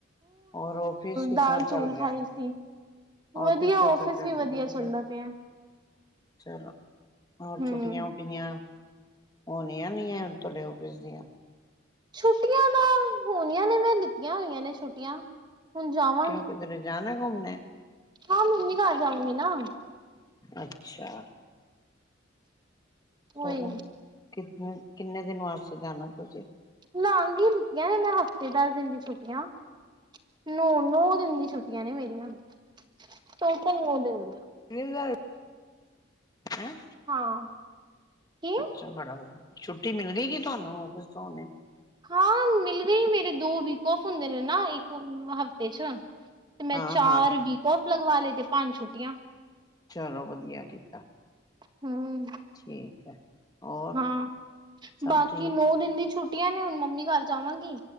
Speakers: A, on the left; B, on the right.
A: ਹੋਰ ਔਫਿਸ ਕਿਸ
B: ਦਾਲ
A: ਤਰ੍ਹਾਂ ਚੱਲ
B: ਚੌਲ
A: ਰਿਹਾ
B: ਖਾਏ ਸੀ ਵਧੀਆ
A: ਔਫਿਸ ਕੈਸਾ
B: ਆਫਿਸ
A: ਚਲਰਿਆ
B: ਵੀ
A: ਵਧੀਆ
B: ਚੱਲਦਾ ਪਿਆ
A: ਚਲੋ ਹੋਰ
B: ਹਮ
A: ਛੁੱਟੀਆਂ ਟੀਆਂ ਹੋਣੀਆਂ ਨੀ ਹੈ ਤੁਹਾਡੇ ਔਫਿਸ ਦੀਆਂ
B: ਛੁੱਟੀਆਂ ਤਾਂ ਹੋਣੀਆਂ ਨੇ ਮੈਂ ਲਿੱਤੀਆਂ ਹੋਈਆਂ ਨੇ ਛੁੱਟੀਆਂ ਹੁਣ ਜਾਵਾਂ
A: ਕਿਉਂ ਕਿਧਰੇ ਜਾਣਾ ਘੁੰਮਣੇ
B: ਹਾਂ ਮੰਮੀ ਘਰ ਜਾਊਂਗੀ ਨਾ
A: ਅੱਛਾ
B: ਉਹੀ
A: ਚਲੋ ਕਿੰਨੇੰ ਕਿੰਨੇ ਦਿਨ ਵਾਸਤੇ ਜਾਣਾ ਤੁਸੀਂ?
B: ਲਾਂਘ ਹੀ ਲਿੱਤੀਆਂ ਨੇ ਮੈਂ ਹਫ਼ਤੇ ਦਸ ਦਿਨ ਦੀ ਛੁੱਟੀਆਂ। ਨੌ ਨੌ ਦਿਨ ਦੀ ਛੁੱਟੀਆਂ ਨੇ ਮੇਰੀਆਂ ਟੋਟਲ ਨੌ ਦਿਨ ਦੀਆਂ।
A: <unintelligible> ਹੈਂ
B: ਹਾਂ। ਕੀ
A: ਅੱਛਾ ਬੜਾ ਵਧੀਆ ਛੁੱਟੀ ਮਿਲੀ ਗੀ ਤੁਹਾਨੂੰ ਔਫਿਸ ਤੋਂ
B: ਹਾਂ ਮਿਲ ਗਈ ਮੇਰੇ ਦੋ ਵੀਕ ਅੋਫ ਹੁੰਦੇ ਨੇ ਨਾ ਇੱਕ ਹਫ਼ਤੇ ਚ। ਤੇ ਮੈਂ
A: ਹਾਂ
B: ਚਾਰ
A: ਹਾਂ
B: ਵੀਕ ਅੋਫ ਲਗਵਾ ਲਏ ਤੇ ਪੰਜ ਛੁੱਟੀਆਂ।
A: ਚਲੋ ਵਧੀਆ ਕੀਤਾ।
B: ਹਮ।
A: ਠੀਕ ਹੈ। ਹੋਰ
B: ਹਾਂ
A: ਸਭ
B: ਬਾਕੀ
A: ਠੀਕ
B: ਨੋ ਦਿਨ ਦੀ ਛੁੱਟੀਆਂ ਨੇ ਹੁਣ ਮੰਮੀ ਘਰ ਜਾਵਾਂਗੀ।